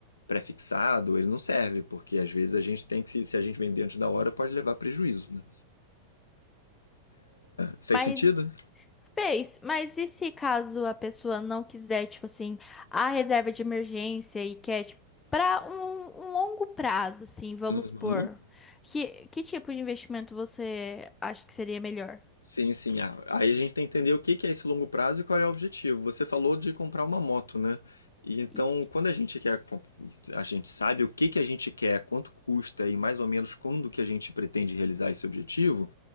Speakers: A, on the left; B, on the left.
A: pré-fixado, ele não serve, porque às vezes a gente tem que, se a gente vender antes da hora, pode levar prejuízo. né? Fez
B: Mas
A: sentido?
B: Fez, mas e se caso a pessoa não quiser, tipo assim, a reserva de emergência e quer, tipo, pra um, um longo prazo, assim, vamos
A: Uhum.
B: supor, que, que tipo de investimento você acha que seria melhor?
A: Sim, sim. Ah, aí a gente tem que entender o que que é esse longo prazo e qual é o objetivo. Você falou de comprar uma moto, né? E então,
B: Isso.
A: quando a gente quer, comp- a gente sabe o que que a gente quer, quanto custa e mais ou menos quando que a gente pretende realizar esse objetivo,